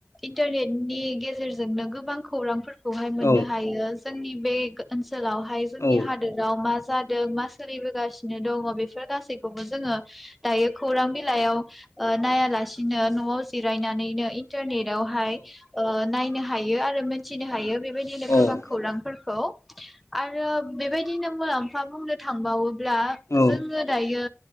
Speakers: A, in the centre; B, on the left.
A: इन्टारनेटनि गेजेरजोंनो गोबां खौरां खौहाय मोननो
B: औ
A: हायो जोंनि बे <unintelligible> ओनसोलावहाय जोंनि
B: औ
A: हादोराव मा जा जादों मा सोलिबोगासिनो दङ बेफोर गासैखौबो जोङो दायो खौारां बिलाइयाव ओ नायालासिनो बिदिनो नआव जिरायनानैनो इन्टारनेट यावहाय ओ नायनो हायो आरो मोन। थिनो हायो बेबायदिनो गोबां
B: औ
A: खौरांफोर। खौ आरो बेबायदिनो मुलाम्फा बुंनो थांबाबो ब्ला
B: औ
A: जोङो दायो।